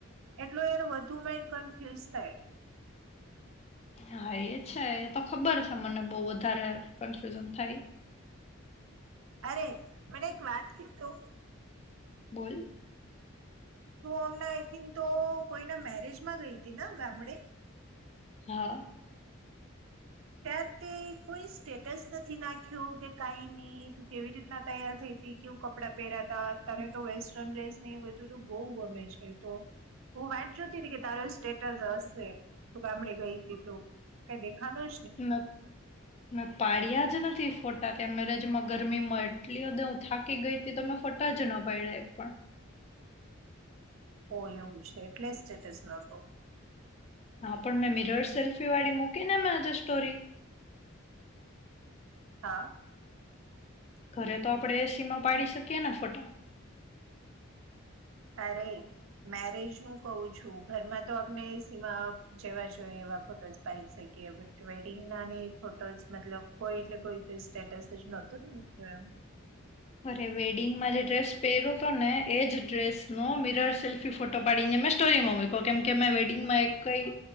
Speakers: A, on the right; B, on the left.
A: એટલું યાર વધુમાં એને કન્ફ્યુઝ થાય
B: હા એ છે એ તો ખબર છે મને બહુ વધારે કન્ફ્યુઝન થાય
A: અરે મને એક વાત કે તો
B: બોલ
A: તું હમણાં આઈ થિંકિં તો કોઈના મેરેજમાં ગઈતી ને ગામડે
B: હા
A: ત્યાં તે કોઈ સ્ટેટસ નથી નાખ્યું કે કઈ નહી તું કેવી રીતના તૈયાર થઈ ત કેવું કપડાં પહેરાતા તને તો વેસ્ટર્ન ડ્રેસ નહી એ બધું બહ ગમે છે તો હું વાટ જોતી હતી કે તારો સ્ટેટસ હશે તું ગામડે ગઈ હતી તો કઈ દેખાનો
B: ન મે પાડિયા એકે નથી ફોટા ત અ મેરજમાં ગરમીમાં એટલી હદે હું થાકી ગઈ હતી તો મે ફોટાજ ન પાઇડા એક પણ
A: ઓ એવું છે એટલે સ્ટેટસ નહોતો.
B: હા પણ મેં મિરર સેલ્ફી વાળી મૂકીને ને આજે સ્ટોરી
A: હા
B: ઘરે તો આપણેે એ સી માં પાડી શકીએ ને ફોટા.
A: અરે, મેરેજ નું કહું છું ઘરમાં તો આપણે એ સીમાં જેવા જોઈ એવા ફોટોઝ પાડી શકીએ બટ વેડિંગ નાને એ ફોટોસ મતલબ કોઈ એટલે કોઈ રીતે સ્ટેટસ જ નહોતું ને મૂક્યું એમ.
B: અરે વેડિંગમાં જે ડ્રેસ પહેર્યો હતો ને એજ ડ્રેસનો મિરર સેલ્ફી ફોટો પાડીને મેં સ્ટોરીમાં મૂક્યો કેમ કે મેં વેડિંગમાં એક કઈ